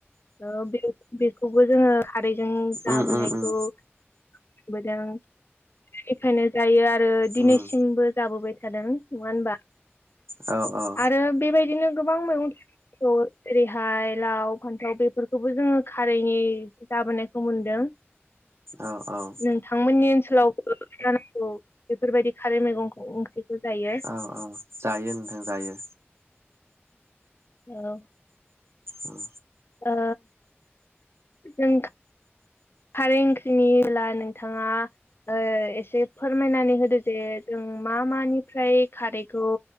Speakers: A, on the left; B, on the right.
A: ओ बे बेखौबो जोङो खारैजों जाबोनायखौ
B: उम उम
A: नुबोदों निफ्रायनो जायो आरो दिनैसिमबो
B: उम
A: जाबोबाय थादों नङा होनबा
B: औ औ
A: आरो बेबायदिनो गोबां मैगं थाइ ओेरैहाय लाव फान्थ थाव बेफोरखौबो जोङो खारैनि जाबोनायखौ मोनदों
B: औ औ
A: नोंथांमोननि ओनसोलाव जानांगौ बेफोरबायदि खारै मैगं ओंख्रिखौ जायो
B: औ औ जायो नोंथां जायो
A: औ
B: उम
A: ओ जों खारै ओंख्रिनिब्ला नोंथाङा ओ एसे फोरमायनानै होदो जे जों मा मानिफ्राय खारैखौ